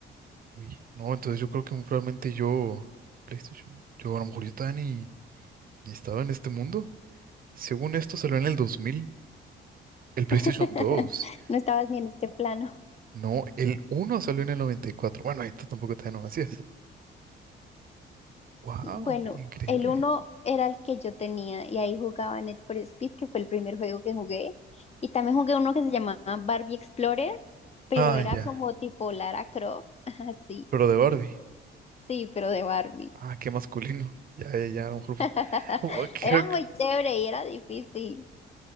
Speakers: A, on the right; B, on the left.
A: Uy, no, entonces yo creo que muy probablemente yo, PlayStation, yo a lo mejor yo todavía ni, ni estaba en este mundo. Según esto salió en el 2000, el PlayStation
B: <laughs>
A: 2.
B: No estabas ni en este plano.
A: No, el uno salió en el 94. Bueno, ahí tú tampoco todavía no nacías. Wow,
B: Y bueno,
A: increíble.
B: el uno era el que yo tenía y ahí jugaba Net for Speed, que fue el primer juego que jugué. Y también jugué uno que se llamaba Barbie Explorer, pero
A: Ah,
B: era
A: ya.
B: como tipo Lara Croft. <laughs> Así,
A: Pero de Barbie.
B: sí, pero de Barbie.
A: Ah, qué masculino. Ya, ya, ya, a lo mejor fue-
B: <laughs>
A: <laughs> como creo
B: Era
A: que
B: muy chévere y era difícil.